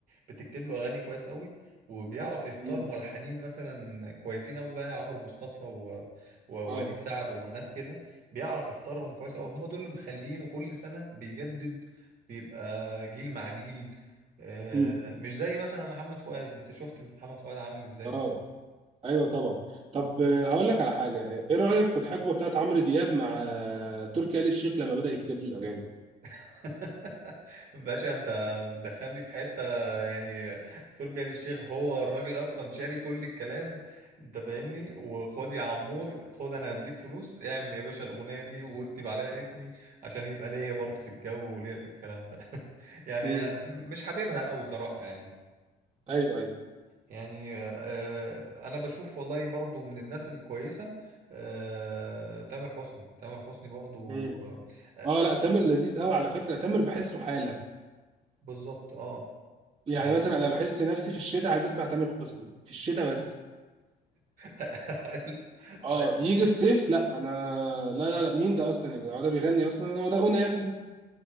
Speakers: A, on the right; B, on the right.
A: بتكتب له أغاني كويس قوي وبيعرف يختار
B: مم.
A: ملحنين مثلا كويسين أوي زي عمرو مصطفى و- ووليد
B: اه
A: سعد وناس كده بيعرف يختارهم كويس أوي هم دول اللي مخلينه كل سنة بيجدد بيبقى جيل مع جيل آه،
B: مم.
A: مش زي مثلا محمد فؤاد انت شفت انت محمد فؤاد عامل ازاي
B: اه ايوه طبعا طب آه، هقول لك على حاجه آه، ايه رايك في الحقبه بتاعت عمرو دياب مع آه، تركي آل الشيخ لما بدا يكتب له الاغاني
A: <laughs> باشا انت بتدخلني في حته يعني تركي آل الشيخ هو الراجل اصلا شاري كل الكلام انت فاهمني وخد يا عمور خد انا هديك فلوس اعمل يا باشا الاغنيه دي واكتب عليها اسمي عشان يبقى ليا برضه في الجو وليا في الكلام ده <laughs> يعني
B: امم
A: مش حاببها قوي صراحه يعني
B: ايوه ايوه
A: يعني آه، انا بشوف والله برضو من الناس الكويسه آه، تامر حسني تامر حسني برضو
B: امم
A: آه، آه، آه،
B: اه لا تامر لذيذ قوي على فكره تامر بحسه حاله
A: بالظبط اه
B: يعني
A: يعني
B: مثلا انا بحس نفسي في الشتاء عايز اسمع تامر حسني في الشتاء بس
A: حلو
B: اه
A: حلو
B: يجي الصيف لا انا لا لا لا مين ده اصلا يا جدع هو ده بيغني اصلا هو ده غنى يا ابني